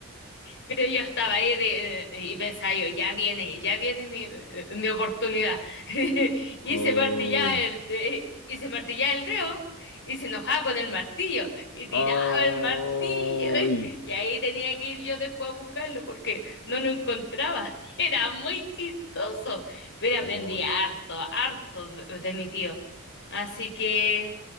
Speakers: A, on the left (about 55°); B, on the left (about 85°).
A: Pero yo estaba ahí de- eh, y pensaba yo, ya viene, ya viene mi, eh, mi oportunidad. <laughs> Y
B: <laughs> ¡Ay!
A: se martillaba el, y se martillaba el dedo y se enojaba con el martillo y tiraba
B: Ay,
A: el martillo. <laughs> Y ahí tenía que ir yo después a buscarlo porque no lo encontraba. <laughs> Era muy chistoso, pero aprendí
B: ay.
A: harto, harto de, de mi tío. Así que